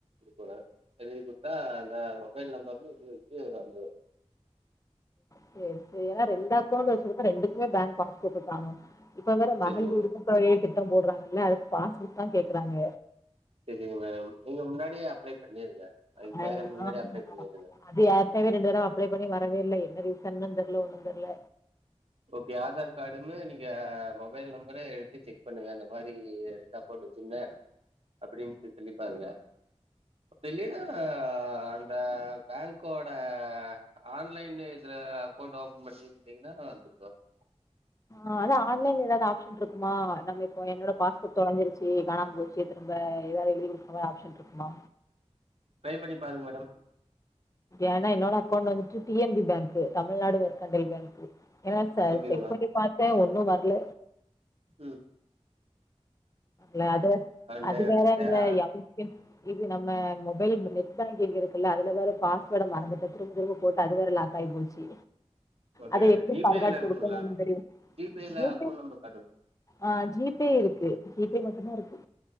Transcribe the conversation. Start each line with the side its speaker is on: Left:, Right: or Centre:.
Right: கோடு எழுதி குடுத்தா அந்த மொபைல் நம்பர்ல இது வச்சு வந்து
Left: சேரி சேரி ரெண்டு அக்கவுண்டு வச்சிருக்கோம் ரெண்டுக் மே பேங்க் பாஸ்புக்கு காணும் இப்ப வேற
Right: சரிங்க
Left: மகளிர்உரிமைத்
Right: மேம்
Left: தொகையை திட்டம் போடுறாங்கல்ல பாஸ்புக் தான் கேக்குறாங்க
Right: சேரிங்க மேம் நீங்க முன்னாடியே அப்ளை பண்ணிருங்க அவிங்க
Left: ஹ
Right: கேக்குறதுக்கு முன்னாடி
Left: ஆ
Right: அப்ளை பண்ணிருங்க
Left: அது யேர்கனவே ரெண்டு தடம் அப்ளை பண்ணி வர் வரவே இல்ல என்ன ரீசன்னு தெரில ஒன்னும் தெரில
Right: ஓகே ஆதார் கார்டுமே நீங்க மொபைல் நம்பர எடுத்து செக் பண்ணுங்க இந்த மாரி ரெண்டு அக்கவுண்டு வச்சிருந்தேன் அப்பிடின்ட்டு சொல்லிப்பாருங்க அப்பிடி இல்லன்னா அ அந்த பேங்க்கோட ஆன்லைன் இதில் அக்கௌண்ட் ஓப்பன் பண்ணியிருந்திங்கன்னா வந்துடும் <inaudible>
Left: ஆஹ் அதான் ஆன்லைன்ல ஏதாவது ஆப்ஷன் இருக்குமா நம்ம இப்போ என்னோட பாஸ்புர்க் தொலைஞ்சிருச்சு காணாம போச்சு திரும்ப ஏதாவது எழுதி கொடுக்குற மாதிரி ஆப்ஷன் இருக்குமா
Right: ட்ரை பண்ணி பாருங்க மேடம்
Left: ஏன்னா என்னோட அக்கௌண்ட் வந்துட்டு டிஎன்பி பேங்க்கு தமிழ்நாடு மெர்கண்டல் பேங்க்கு என சார்
Right: ஓகே
Left: செக் பண்ணி பார்த்தேன் ஒன்னு இன்னும் வரல
Right: ஹம்
Left: ல்ல அது வந் அது
Right: நே
Left: வேற
Right: நேரா
Left: இந்த எம் கே இது நம்ம மொபைல் ந்த நெட் பேங்கிங் இருக்குல்ல அதுல வேற பாஸ்வேர்ட்ட மறந்துட்டு திரும்ப திரும்ப போட்டு அது வேற லாக் ஆகி போச்சு
Right: ஓகே
Left: அத எப்படி
Right: ஜிபேல
Left: பர்காட்
Right: இருக்கும்ல
Left: கொடுக்கனும் தெரியல
Right: ஜிபேல
Left: ஜிபே
Right: அக்கௌண்ட் நம்பர் காட்டுங்க
Left: ஆஹ ஜிபே இருக்கு ஜிபே மட்டும் தான் இருக்கு